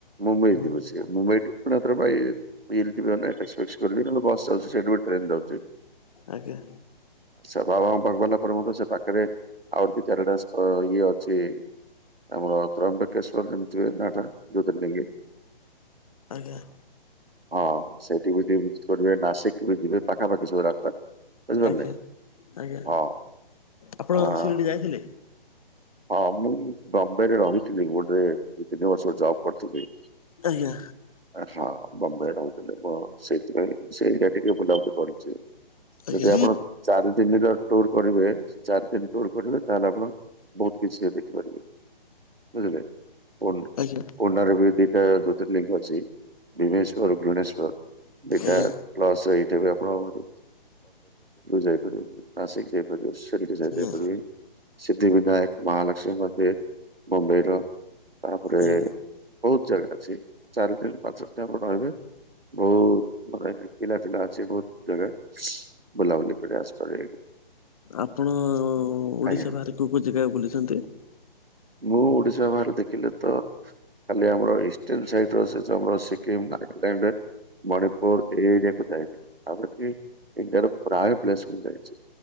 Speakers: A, on the right (about 75°); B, on the left (about 40°).
A: ମୁମ୍ବାଇ
B: ହୁଁ
A: ଯିବ ସିଏ। ମୁମ୍ବାଇ ଠୁ ପୁରା <inaudible> ଭାଇ। ବିଲ୍ ଠୁ ଟ୍ରେନ୍ ଏକ୍ ପ୍ରେସ୍ ଯାଉଛି <inaudible> ନହେଲେ ବସ୍ ଯାଉଚି ସେଠୁ ଗୋଟେ ଟ୍ରେନ ଯାଉଚି।
B: ଆଜ୍ଞା।
A: ସେ ବାବାଙ୍କ ପାଖକୁ ଗଲା ପରେ ମଧ୍ୟ ସେ ପାଖରେ ଆହୁରି ଦିଇ ଚାରିଟା <unintelligible> ଇଏ ଅଛି ଆମର <unintelligible> ନାଁଟା ଜୋତିର୍ଲିିଙ୍ଗ।
B: ଆଜ୍ଞା।
A: ହଁ ସେଇଠି ବି ଟିକେ ଭିଜିଟ୍ କରିବେ ନାସିକ୍ ବି ଯିବେ ପାଖାପାଖି ସବୁ ରାସ୍ତା। ବୁଝିପାରିଲେ
B: ଆଜ୍ଞା ଆଜ୍ଞା
A: ହଁ
B: ଆପଣ
A: ଅଁ।
B: ଶିରିଡି ଯାଇଥିଲେ।
A: ହଁ ମୁଁ ବମ୍ବେରେ ରହିଥିଲି ଗୋଟେ ଦି ତିନି ବର୍ଷ ଜବ୍ କରିଥିଲି।
B: ଆଜ୍ଞା।
A: ହଁ ବମ୍ବେରେ ରହୁଥିଲେ ମୁଁ ସେଥିପାଇଁ ସେଇଟା ଟିକେ ବୁଲାବୁଲି କରିଚି।
B: ଆଜ୍ଞା
A: ଯଦି
B: ଆଜ୍ଞା
A: ଆପଣ ଚାରିଦିନି ର ଟୁର୍ କରିବେ ଚାରିଦିନ୍ ଟୁର କରିବେ ତାହେଲେ ଆପଣ ବହୁତ୍ କିଛି ସେ ଦେଖିପାରିବେ ବୁଝିଲେ ଫୋନରେ
B: ଆଜ୍ଞା ଆଜ୍ଞା
A: କୋନାରେ ବି ଦିଇଟା। ଜୋତିର୍ଲିଙ୍ଗ ଅଛି ଭୀମେଶ୍ଵର, ଘୃଣେଶ୍ଵର ଦିଇଟା
B: ଆଜ୍ଞା
A: ପ୍ଲସ ଏଇଠା ବି ଆପଣଙ୍କର <unintelligible> ଯାଇପାରିବେନି ନାସିକ ଯାଇପାରିବେ। <unintelligible>
B: ଆଜ୍ଞା
A: <unintelligible> ମହାଲକ୍ଷ୍ମୀ ମନ୍ଦିର ମୁମ୍ବାଇର ତାପରେ
B: ଆଜ୍ଞା
A: ବହୁତ ଜାଗା ଅଛି। ଚାରି ଦିନ ପାଞ୍ଚ ଦିନ ଆପଣ ରହିବେ। ବହୁତ ମାନେ କିଲା ଫିଲା ଅଛି। ବହୁତ ଜାଗା ବୁଲାବଲି କରିକି ଆସି ପାରିବେ କି
B: ଆପଣ ଓଡିଶା
A: ଆଜ୍ଞା
B: ବାହାରେ କୋଉ କୋଉ ଜାଗା ବୁଲିଚନ୍ତି?
A: ମୁଁ ଓଡିଶା ବାହାରେ ଦେଖିଲେ ତ ଖାଲି ଆମର ଇଷ୍ଟନ ସାଇଡର ସେ ଜବର୍ ସି ସିମ୍ ନାଗାଲାଣ୍ଡ ମଣିପୁରର୍ ଏ ଇରିଆକୁ ଯାଇ ଆର କି ଇଣ୍ଡିଆର ପ୍ରାୟ ପ୍ଲେସ ମୁଁ ଯାଇଚି।